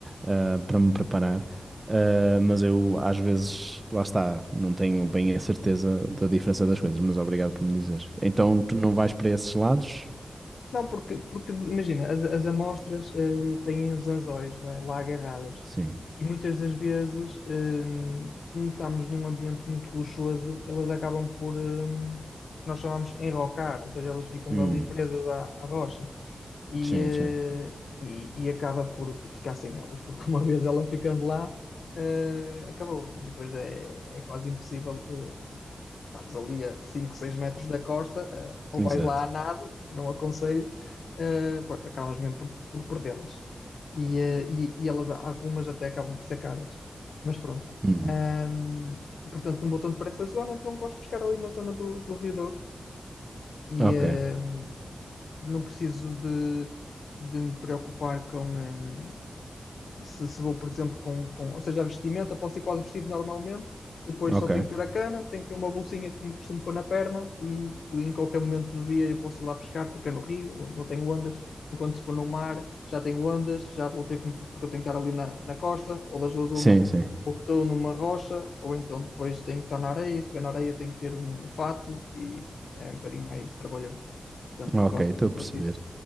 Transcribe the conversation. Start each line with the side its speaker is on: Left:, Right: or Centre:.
Right: ah, para me preparar, Ah, mas eu às vezes, lá está, não tenho bem a certeza da diferença das coisas, mas obrigado por me dizeres. Então tu não vais para esses lados?
Left: Não, porque, porque imagina, as, as amostras eh, têm os anzóis, não é? Lá agarradas.
Right: Sim.
Left: E muitas das vezes, eh, como estamos num ambiente muito luxuoso, elas acabam por, eh, o que nós chamamos enrocar, ou seja, elas ficam
Right: Hum,
Left: ali presas à, à rocha. E,
Right: sim,
Left: eh,
Right: sim.
Left: e, e acaba por, por ficar sem elas, porque uma <laughs> vez ela ficando lá, eh, acabou. Depois é, é quase impossível, eh, porque estamos ali a 5, 6 metros da costa, eh, ou
Right: Exato.
Left: vais lá a nado, que não aconselho, eh, pronto, acabas mesmo por, por perdê-las. E, eh, e, e elas, algumas até acabam por ser caras. Mas pronto.
Right: Hum,
Left: Ahm, e, portanto, não vou tanto para essa zona, então gosto de pescar ali na zona do, do Rio Douro. E
Right: ok,
Left: ahm, não preciso de, de me preocupar com, ahm, se, se vou, por exemplo, com, com, ou seja, a vestimenta, posso ir quase vestido normalmente, depois
Right: ok.
Left: só tenho que ter a cana, tenho que ter uma bolsinha que me costumo pôr na perna e em qualquer momento do dia eu posso ir lá pescar, porque é no rio, não tenho ondas, enquanto se for no mar já tenho ondas, já vou ter que, me- porque eu tenho que estar ali na, na costa, ou das duas uma,
Right: Sim, sim.
Left: ou estou numa rocha, ou então depois tenho que estar na areia, se estiver na areia tenho que ter um fato e pronto, é um bocadinho mais trabalhoso. Portanto,
Right: Ok,
Left: gosto,
Right: estou a perceber.
Left: gosto disso.